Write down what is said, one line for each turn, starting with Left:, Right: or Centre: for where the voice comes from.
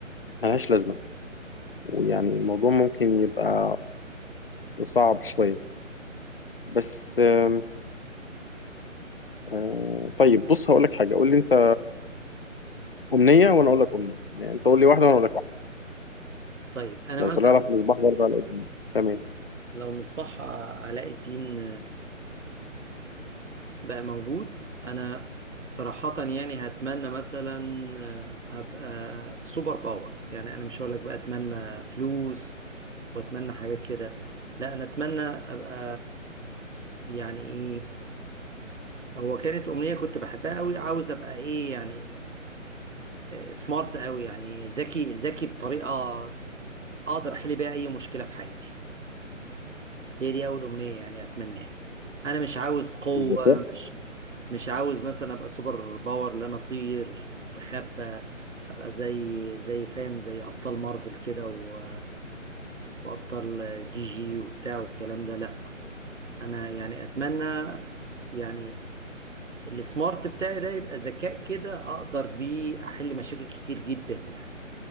Left: ملهاش لازمة ويعني الموضوع ممكن يبقى صعب شوية بس آم، آه، طيب بص هقول لك حاجة قول لي انت أمنية وانا اقول لك أمنية يعني انت قول لي واحدة وانا اقول لك واحدة
Right: طيب انا
Left: لو
Right: مثلا
Left: طلع لك مصباح برضه على قديم تمام
Right: لو مصباح علاء الدين بقى موجود انا صراحة يعني هتمنى مثلا آه، ابقى سوبر باور يعني انا مش هقولك بقى اتمنى فلوس واتمنى حاجات كده لا انا اتمنى ابقى يعني ايه هو كانت امنية كنت بحبها قوي عاوز ابقى ايه يعني سمارت قوي يعني ذكي ذكي بطريقة اقدر احل بيها اي مشكلة في حياتي هي دي اول امنيه يعني اتمناها انا مش عاوز قوه
Left: الذكاء
Right: مش مش عاوز مثلا ابقى سوبر باور لا انا اطير استخبى ابقى زي زي فاهم زي ابطال مارفل كده و... وابطال دي جي وبتاع والكلام ده لا انا يعني اتمنى يعني السمارت بتاعي ده يبقى ذكاء كده اقدر بيه احل مشاكل كتير جدا يعني